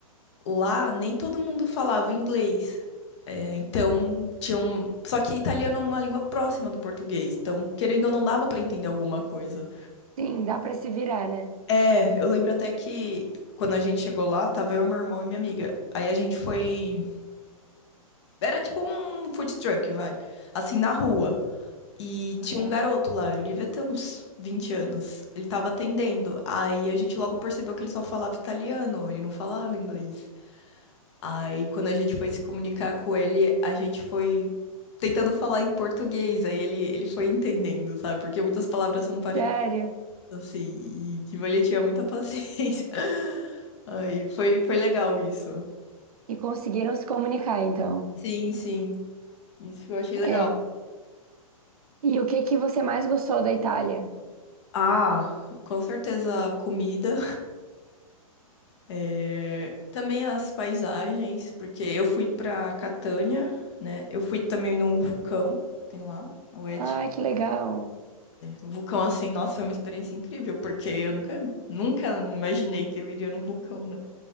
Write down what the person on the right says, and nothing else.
Sim, dá para se virar, né?
Aham.
Sério?
E conseguiram se comunicar, então.
É. E o que que você mais gostou da Itália?
Ah, que legal.